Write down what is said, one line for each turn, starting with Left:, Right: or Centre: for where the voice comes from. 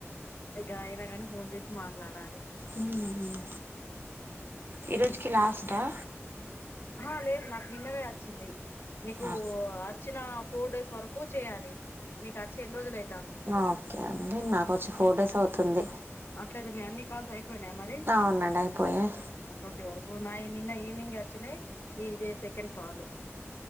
Left: ఇగా అయినా గానీ ఫోన్ చేసి మాట్లాడాలి
Right: మ్మ్ మ్మ్ ఈరోజుకి లాస్ట్ ఆ
Left: ఆహా లేదు నాకు నిన్ననే ఆచ్చింది మీకు
Right: ఆ
Left: ఆచ్ చ్చిన ఫోర్ డేస్ వరకు చేయాలి మీకు అచ్చి ఎన్ని రోజులైంది
Right: ఆ ఓకే అండి నాకోచ్చి ఫోర్ డేస్ అవుతుంది
Left: అట్లయితే మీ అన్ని కాల్స్ అయిపోయినాయా మరి
Right: అవునండి అయిపోయాయి
Left: అ టోంటి వరకు నాయి నిన్న ఈవనింగే వోచ్చినై ఇదే సెకండ్ కాలు